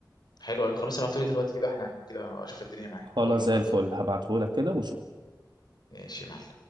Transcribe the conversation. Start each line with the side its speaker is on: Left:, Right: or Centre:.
Left: حلو أوي. خلاص ابعتهولي دلوقتي كده واحنا قاعدين كده اشوف الدنيا معايا
Right: خلاص
Left: واقول لك
Right: زي
Left: رايي
Right: الفل هبعته لك كده ونشوف
Left: ماشي يا معلم